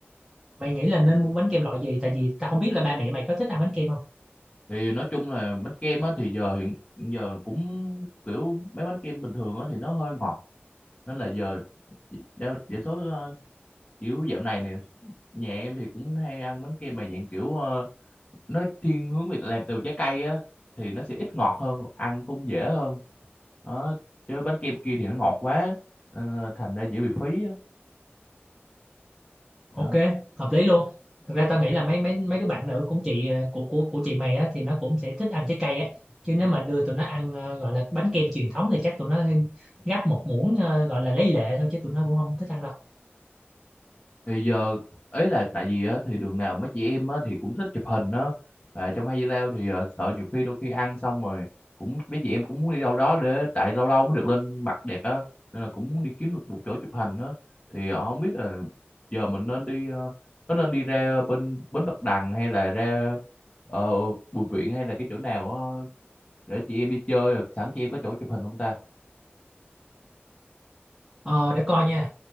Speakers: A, in the centre; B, on the left (about 25°).
A: mày nghĩ là nên mua bánh kem loại gì tại vì tao không biết là ba mẹ mày có thích ăn bánh kem không
B: thì nói chung là bánh kem á thì giờ hiện hiện giờ cũng kiểu mấy bánh kem bình thường á thì nó hơi ngọt nên là giờ đa đa số ờ, kiểu dạo này nè nhà em thì cũng hay ăn bánh kem mà dạng kiểu ờ, nó thiên hướng về làm từ trái cây á thì nó sẽ ít ngọt hơn ăn cũng dễ hơn đó chứ bánh kem kia thì nó ngọt quá nên là thành ra dễ bị phí á đó.
A: ok hợp lý luôn thực ra tao nghĩ là mấy mấy mấy đứa bạn nữ cũng chị ờ, của của của chị mày á thì nó cũng sẽ thích ăn trái cây á chứ nếu mà đưa tụi nó ăn ờ, gọi là bánh kem truyền thống thì chắc tụi nó gắp một muỗng ờ, gọi là lấy lệ thôi chứ tụi nó cũng không thích ăn đâu
B: thì giờ ấy là tại vì á thì đường nào mấy chị em á thì cũng thích chụp hình á à, trong hay đi lao thì ờ, sợ nhiều khi đôi khi ăn xong rồi cũng mấy chị em cũng muốn đi đâu đó để tại lâu lâu mới được lên mặt đẹp á nên là cũng muốn đi kiếm được một chỗ chụp hình á thì ờ, không biết là giờ mình nên đi ờ, có nên đi ra bên bến Bạch Đằng hay là ra ờ, Bùi Viện hay là cái chỗ nào á để chị em đi chơi rồi sẵn chị em có chỗ chụp hình không ta
A: ờ để coi nha